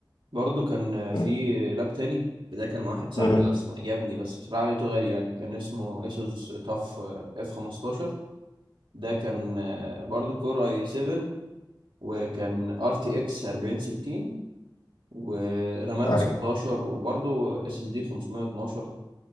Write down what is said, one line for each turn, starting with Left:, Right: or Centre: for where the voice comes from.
Right: برضو كان في
Left: م-
Right: لاب تاني ده كان مع واحد صاحبي
Left: م-
Right: اصلا عجبني بس بصراحه لقيته غالي يعني كان اسمه اسوس تاف اف 15 ده كان برضو كور اي 7 وكان ار تي اكس 4060 ورامات
Left: أيوة.
Right: 16 وبرضو اس اس دي 512